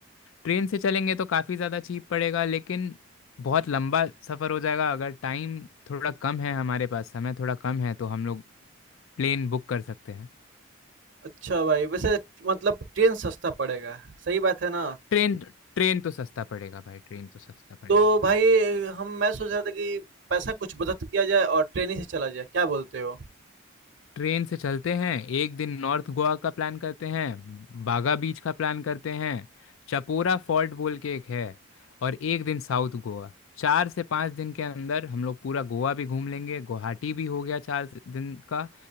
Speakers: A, on the left; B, on the right.
A: ट्रेन से चलेंगे तो काफ़ी ज़्यादा चीप पड़ेगा लेकिन बहुत लंबा सफ़र हो जाएगा अगर टाइम थोड़ा कम है हमारे पास समय थोड़ा कम है तो हम लोग प्लेन बुक कर सकते हैं
B: अच्छा भाई वैसे मतलब ट्रेन सस्ता पड़ेगा सही बात है ना
A: ट्रेन ट्रेन तो सस्ता पड़ेगा भाई ट्रेन तो सस्ता पड़ेगा
B: तो भाई हम मैं सोच रहा था कि पैसा कुछ बचत किया जाए और ट्रेन ही से चला जाए क्या बोलते हो
A: ट्रेन से चलते हैं एक दिन नॉर्थ गोवा का प्लान करते हैं बागा बीच का प्लान करते हैं चपोरा फोर्ट बोल के एक है और एक दिन साउथ गोवा चार से पाँच दिन के अंदर हम लोग पूरा गोवा भी घूम लेंगे गुवाहाटी भी हो गया चार दिन का